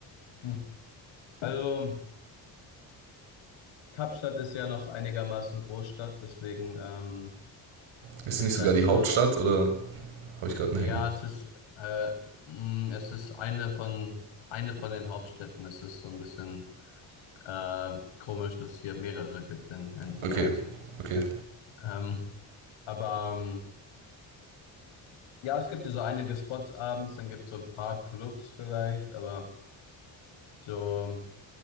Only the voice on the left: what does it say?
hm. Also Kapstadt ist ja noch einigermaßen Großstadt, deswegen ähm,
gibt's
halt
so,
ja,
es ist, äh, mh, es ist eine von, eine von den Hauptstädten. Es ist so ein bisschen Äh, komisch, dass es hier mehrere gibt in, in diesem
Land.
Ähm, aber ähm, ja, es gibt ja so einige Spots abends, dann gibt es so ein paar Clubs vielleicht, aber so